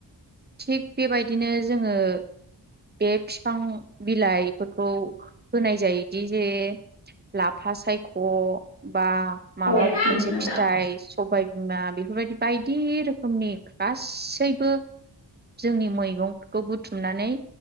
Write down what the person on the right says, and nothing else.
थिग बेबायदिनो जोङो बे फिफां बिलाइफोरखौ होनाय जायोदि जे लाफा फा सायख' बा माबा
मोनसे
फिथाइ सबायबिमा बेफोरबायदि बायदि रोखोमनि गासैबो जोंनि मैगंफोरखौ बुथुमनानै